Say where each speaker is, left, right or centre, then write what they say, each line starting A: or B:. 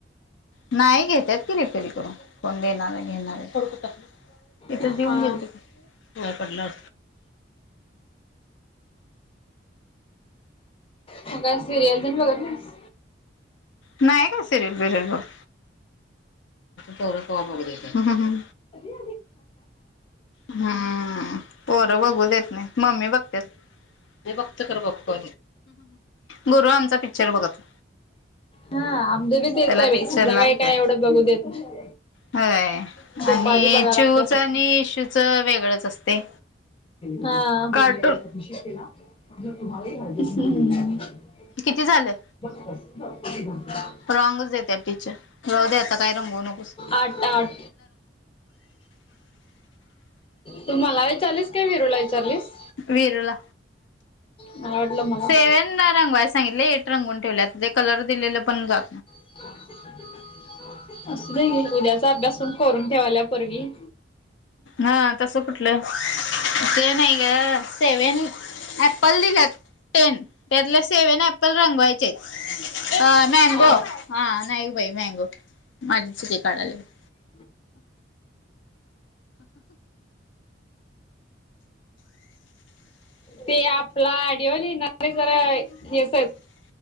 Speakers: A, on the left; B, on the left.
A: नाही घेत्यात की, रिपेरी करून. कोण देणार ये घेणार आहे, <unintelligible> इथं
B: हा.
A: देऊन गेलत, पडलं
B: मग काय, सिरियल तेन बघत नाहीस?
A: नाही काय, सिरयल बिरयल ब बघत. तेवढं कवा बगूदे
B: <unintelligible> <inaudible> हा. <unintelligible>
A: हम्म पोरं बघू देत नाहीत मम्मी बघत्यात. मी बघतो खरं बघतो गुरु आमचा पिक्चर बघत
B: हां आमचबी तेच
A: त्याला
B: हाय बाई.
A: पिक्चर
B: संध्याकाळी
A: लागत्यात.
B: काय एवढं बघू देत नाई.
A: होय.
B: दुपारी
A: आणि
B: बघा
A: चिऊच
B: लागते हां.
A: आणि इशूच वेगळंच असते.
B: <unintelligible>
A: कार्टून किती झालं
B: <unintelligible>
A: रॉंगगच देत्यात टीचर जाऊ दे आता काय नको म्हणू.
B: आट-आट. तु मला ईचारलीस का विरूला ईचारलीस?
A: विरूला
B: मला वाटलं मला
A: सेवन रंगवा सांगितलं एट रंगून ठेवल्या ते कलर दिलेलं पण ग
B: <inaudible> असंल हील उद्याचा अभ्यासून करून ठेवायल्या पोरगी.
A: हा तस कुठलं ते नाही ग सेवेन ॲप्पल दिल्यात टेन त्यातला सेव्हन ॲप्पल रंगवायच अ मँगो
B: हा
A: हा नाही बाई मँगो माझी चुकी काढालात
B: <inaudible> <inaudible> ते आपला आडिओलीे जरा हे तोय